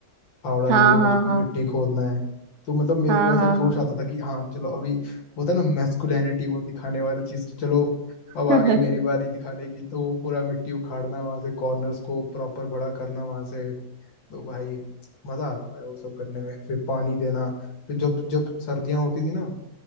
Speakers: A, on the left; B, on the right.
A: फावड़ा
B: हाँ
A: लेके कुछ
B: हाँ हाँ
A: मिट्टी खोदना है तो मतलब मेरे
B: हाँ
A: को ऐसा
B: हाँ
A: जोश
B: हाँ
A: आता था कि हाँ चलो अभी वो था ना मैस्कुलिनिटी वो दिखाने वाला चीज की चलो अब
B: <laughs>
A: आ गई मेरी बारी दिखाने की तो वो पूरा मिट्टी उखाड़ना वहां से कॉर्नर्स को प्रॉपर बड़ा करना वहां से तो भाई मजा आता था वो सब करने में फिर पानी देना फिर जब जब सर्दियां होती थी ना